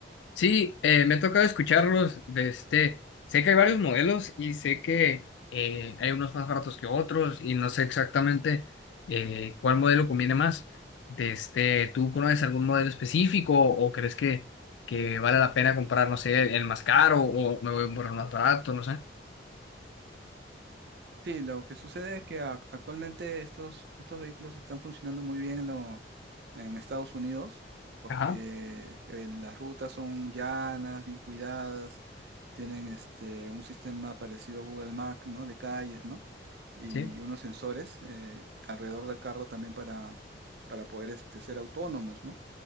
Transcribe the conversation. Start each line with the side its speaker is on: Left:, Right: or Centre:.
Left: Sí, eh, me ha tocado escucharlos de este. Sé que hay varios modelos y sé que eh, hay unos más baratos que otros y no sé exactamente eh, cuál modelo conviene más. De este, ¿tú conoces algún modelo específico o crees que, que vale la pena comprar, no sé, el más caro o me voy por el más barato, no sé?
Right: Sí, lo que sucede es que a- actualmente estos, estos vehículos están funcionando muy bien en, lo- en Estados Unidos porque
Left: Ajá,
Right: eh, las rutas son llanas, bien cuidadas, tienen este, un sistema parecido a Google Maps, ¿no? De calles, ¿no? Y
Left: sí.
Right: unos sensores eh, alrededor del carro también para, para poder este, ser autónomos, ¿no?